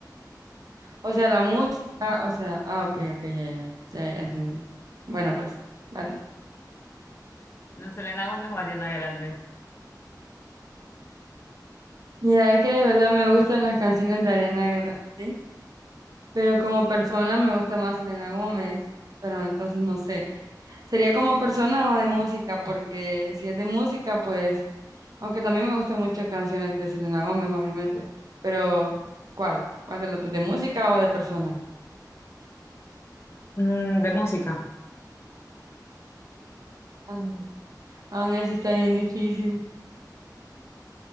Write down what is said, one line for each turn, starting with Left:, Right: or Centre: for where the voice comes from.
Right: O sea, la música, o sea, ah, ok, ok, ya, ya, ya, ya ya entendí. Bueno, pues, vale.
Left: no, Selena Gómez o Ariana Grande.
Right: Mira, es que de verdad me gustan las canciones de Ariana Grande, ¿sí? pero como persona me gusta más Selena Gómez, pero entonces no sé. Sería como persona o de música, porque si es de música, pues, aunque también me gustan muchas canciones de Selena Gómez, obviamente, pero ¿cuál? ¿Cuál de las dos? ¿De música o de persona?
Left: Mm, de música.
Right: Ay, aún así está bien difícil.